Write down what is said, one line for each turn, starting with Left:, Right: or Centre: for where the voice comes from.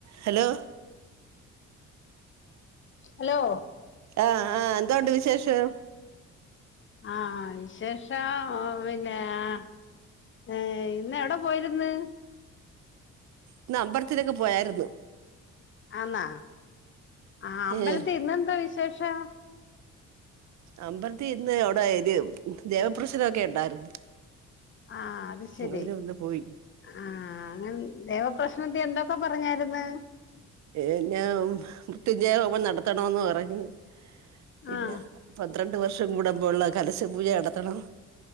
Right: Hello
Left: hello
Right: ആഹ് ആഹ് എന്തോണ്ട് വിശേഷം
Left: ആഹ വിശേഷം ഒ പിന്നെ അഹ് ഏഹ് ഇന്ന് എവിടെ പോയിര്ന്ന്
Right: ഇന്ന് അമ്പലത്തിലൊക്കെ പോയായിരുന്നു.
Left: ആന്നാ ആ അമ്പലത്തി
Right: ഏഹ്
Left: ഇന്നെന്താ വിശേഷം
Right: അമ്പലത്തി ഇന്ന് അവിടെ എ ദേവപ്രശ്നംക്കെ ഉണ്ടായിരുന്നു
Left: ആഹ അത് ശരി
Right: അങ്ങനെ ഒന്ന് പോയി
Left: ആഹ അങ്ങനെ ദേവ പ്രശ്നത്തി എന്തൊക്കെ പറഞ്ഞായിന്ന്
Right: എന്നാ മൃത്യുഞ്ജയ ഹോമം നടത്തണോന്ന് പറഞ്ഞ് പിന്നെ
Left: ആഹ്
Right: പന്ത്രണ്ട് വർഷം കൂടമ്പോള്ള കലശ പൂജ നടത്തണം